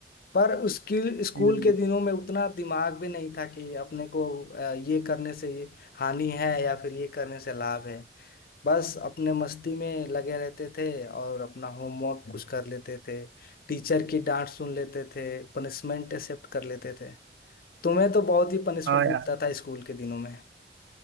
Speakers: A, on the left (about 55°); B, on the right (about 85°).
A: पर उसकी स्कूल
B: हम्म,
A: के दिनों में उतना दिमाग भी नहीं था कि अपने को अ, ये करने से ये हानि है या फिर ये करने से लाभ है बस अपने मस्ती में लगे रहते थे और अपना होमवर्क कुछ कर लेते थे टीचर की डांट सुन लेते थे पनिशमेंट एक्सेप्ट कर लेते थे तुम्हें तो बहुत ही पनिशमेंट
B: हाँ यार
A: मिलता था स्कूल के दिनों में